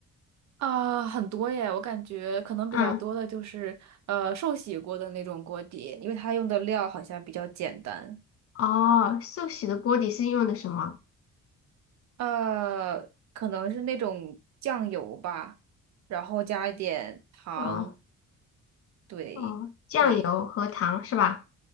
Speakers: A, on the right (about 65°); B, on the left (about 50°).
A: <laughs> 啊，很多耶！我感觉可能比较多的就是呃寿喜锅的那种锅底，
B: 嗯，
A: 因为它用的料好像比较简单，
B: 哦，寿喜的锅底是用的什么？
A: 呃，可能是那种酱油吧，然后加一点糖，
B: 哦
A: 对。
B: 哦，酱油和糖是吧？
A: 对，